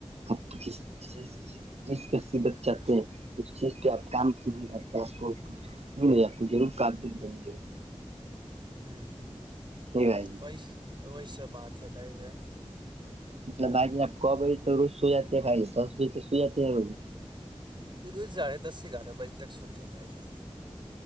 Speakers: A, on the right; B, on the right.
A: اب جس چیز کی ح بت چاہتے ہیں اس چیز پہ آپ کام کیجے کرتے آپ کویے آپ کو ضرور کا د بنیے گا
B: ہوں
A: جی بائیی
B: وہی وہی س بات ہے بائی جان
A: مطلب بھجی آپ کو بجے تو روز سوئیاتی ہے بھجی دس بجے تو سوئی جی ہے روز
B: پ روز ساڑھے دس سے گیارہ بجے تک سوتے ہیں ہمھائی جان